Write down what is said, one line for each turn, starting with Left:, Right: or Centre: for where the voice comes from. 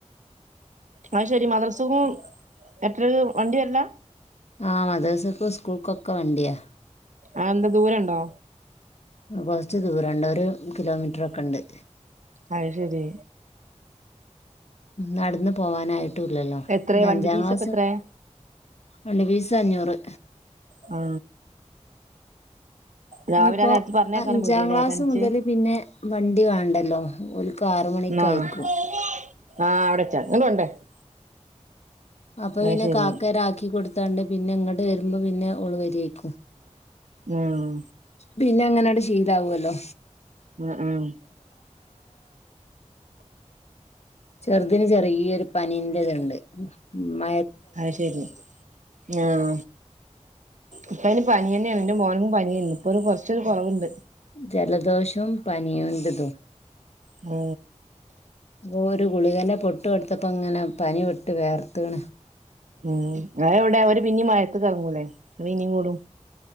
Right: അത് ശരി മദ്രസകും എത്ര വണ്ടി വരല.
Left: ആ മദ്രസക്കും സ്കൂൾക്കൊക്കെ വണ്ടിയാ.
Right: ആ എന്താ ദൂരം ഉണ്ടോ?
Left: കൊറച്ച് ദൂരംണ്ട്. ഒരു കിലോമീറ്ററൊക്കെ ഉണ്ട്.
Right: അത് ശരി.
Left: നടന്നു പോകാനായി റ്റുല്ലല്ലോ.
Right: എത്രയാ
Left: ഞ
Right: വണ്ടി
Left: അഞ്ചാം
Right: ഫീസ്
Left: ക്ലാസ്,
Right: ഒക്കെ എത്രയാ
Left: ഉണ്ട് ഫിസ് അഞ്ഞൂറ്.
Right: ആ രാവിലെ
Left: ഇനിപ്പോ
Right: നേരത്ത് പറഞ്ഞേക്കാനും
Left: അഞ്ചാം
Right: പേടിയാല്ലേ
Left: ക്ലാസ്
Right: തനിച്ച്
Left: മുതല് പിന്നെ വണ്ടി വേണ്ടല്ലോ. ഓല് ക് ആറ മണിക്ക്
Right: ആഹ്
Left: അയക്കും.
Right: <unintelligible>
Left: അപ്പൊ
Right: അത്
Left: പിന്നെ
Right: ശരി
Left: കാക്കരാക്കി കൊടുത്താണ്ട്, പിന്നെ ഇങ്ങട് വരുമ്പോ പിന്നെ ഓള് വരിക്കും.
Right: ഉം.
Left: പിന്നെ അങ്ങനെട് ശീലാവല്ലോ.
Right: ഉം ഉം
Left: ചെറുതിന് ചെറിയൊരു പനീന്റെ ഇതുണ്ട്. മ
Right: അത് ശരി ആഹ. ഇപ്പ അതിന് പനി തന്നെണ്. എന്റെ മോനും പനിയേണ് ഇപ്പൊ കുറച്ചൊരു കുറവുണ്ട്.
Left: ജലദോഷവും പനിയുംണ്ട് തു
Right: ആ.
Left: ഓ ഒരു ഗുളികെന്റെ പൊട്ടു കൊടുത്തപ്പോ അങ്ങനെ പനി വിട്ട് വേർത്തണ്.
Right: ഉം. അത എവിടെ അവര് പിന്നീ മഴത്ത് തുടങ്ങൂലേ. അപ ഇനിയും കൂടും.